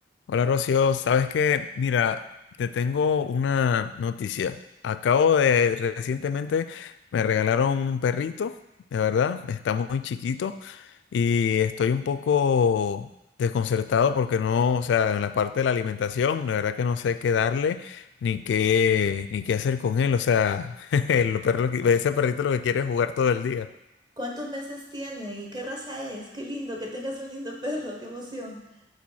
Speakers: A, on the left; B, on the right.
A: Hola Rocío, sabes que, mira, te tengo una noticia. Acabo de, recientemente me regalaron un perrito, de verdad, está muy chiquito y estoy un poco desconcertado porque no, o sea, en la parte de la alimentación, la verdad que no sé qué darle ni qué, ni qué hacer con él, o sea, <laughs> el perro lo que- ese perrito lo que quiere es jugar todo el día.
B: ¿Cuántos meses tiene y qué raza es? Qué lindo que tengas un lindo perro, qué emoción. <laughs>